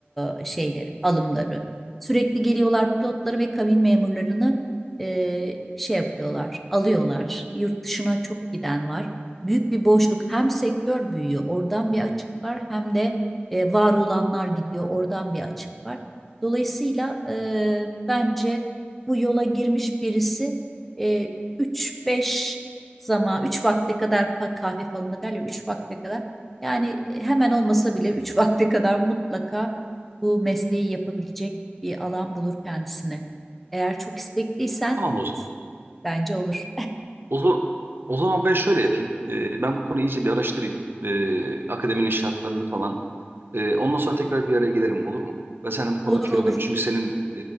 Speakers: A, in the centre; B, on the right (about 60°).
A: e, şeyleri, alımları. Sürekli geliyorlar pilotları ve kabin memurlarını e, şey yapıyorlar, alıyorlar. Yurt dışına çok giden var. Büyük bir boşluk. Hem sektör büyüyor, oradan bir açık var. Hem de e, var olanlar gidiyor, oradan bir açık var. Dolayısıyla e, bence bu yola girmiş birisi e, 3-5 zaman 3 vakte kadar fa- kahve falında derler 3 vakte kadar yani e, hemen olmasa bile 3 <laughs> vakte kadar mutlaka bu mesleği yapabilecek bir alan bulur kendisine. Eğer çok istekliysen
B: Tamam o zaman.
A: bence olur.
B: O zaman, o zaman ben şöyle yapayım. E, ben bu konuyu iyice bir araştırayım. E, akademinin şartlarını falan Ee, ondan sonra tekrar bir araya gelelim olur mu? Ben senden bu konuda
A: Olur
B: fikir
A: olur.
B: alayım. Çünkü senin